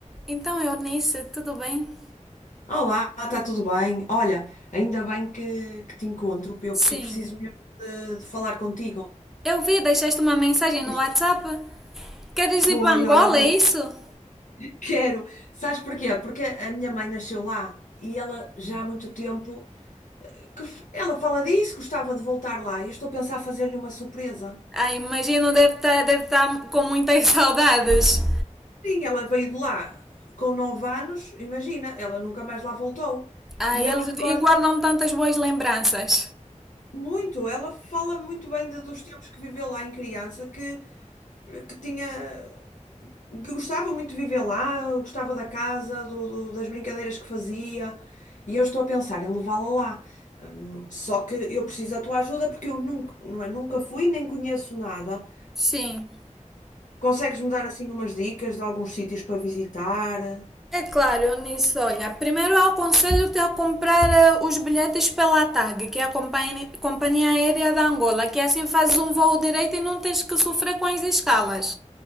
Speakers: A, in the centre; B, on the left (about 80°).
A: Então, Eunice, tudo bem?
B: Olá, está tudo bem? Olha, ainda bem que, que te encontro, eu,
A: Sim.
B: porque eu preciso mesmo de, de falar contigo.
A: Eu vi, deixaste uma mensagem no
B: Isto
A: WhatsApp. Queres ir
B: foi,
A: para Angola,
B: olha, obrigado.
A: é isso?
B: <laughs> Quero. Sabes porquê? Porque a minha mãe nasceu lá e ela já há muito tempo que f- ela fala disso, gostava de voltar lá. E eu estou a pensar fazer-lhe uma surpresa.
A: Ah, imagino, deve estar deve tá com muitas <laughs> saudades.
B: Sim, ela veio de lá com nove anos, imagina, ela nunca mais lá voltou.
A: Ah,
B: E
A: eles
B: ela recorda
A: e guardam tantas boas lembranças.
B: muito, ela fala muito bem de- dos tempos que viveu lá em criança, que, que tinha. Gostava muito de viver lá, gostava da casa, do- do- das brincadeiras que fazia, e eu estou a pensar em levá-la lá. Hum, Só que eu preciso da tua ajuda porque eu nunca, não é, nunca fui, nem conheço nada.
A: Sim.
B: Consegues-me dar assim umas dicas de alguns sítios para visitar?
A: É claro, Eunice, olha, primeiro eu aconselho-te a comprar eh, os bilhetes pela TAG, que é a companhia, companhia aérea da Angola, que assim fazes um voo direito e não tens que sofrer com as escalas.